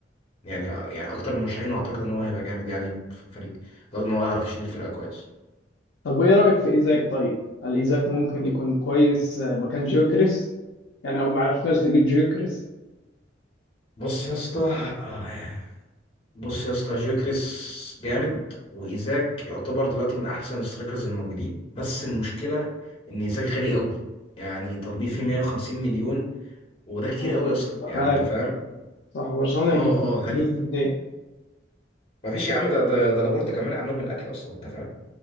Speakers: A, on the left; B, on the left.
A: يعني يعني اكتر المرشحين واعتقد ان هو هيبقى جامد يعني في الفريق اعتقد ان هو يعرف يشيل الفرقه كويس
B: طب وايه رأيك في ايزاك طيب؟ هل ايزاك ممكن يكون كويس آه، مكان جيوكريس؟ يعني لو ما عرفناش نجيب جيوكريس
A: بص يا اسطى آه، بص يا اسطى جيوكريس جامد وايزاك يعتبر دلوقتي من احسن السترايكرز الموجودين بس المشكله ان ايزاك غالي قوي يعني طالبين فيه
B: مم.
A: 150 مليون وده كتير
B: هو
A: قوي يا اسطى
B: تقاعد
A: يعني انت فاهم
B: صح برشلونة
A: اه
B: هيجيب
A: اه غالي
B: الفلوس دي منين؟
A: مفيش يا عم ده ده ده لابورتا كمان عنهم الاكل اصلا انت فاهم